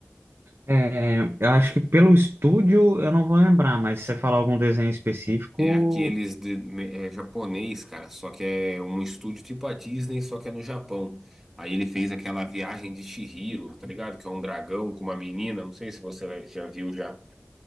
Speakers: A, on the right; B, in the centre.
A: É, eu acho que pelo estúdio eu não vou lembrar, mas se você falar algum desenho específico,
B: É aqueles de, é japonês, cara, só que é um estúdio tipo a Disney, só que é no Japão. Aí ele fez aquela viagem de Chihiro, tá ligado? Que é um dragão com uma menina, não sei se você já viu já.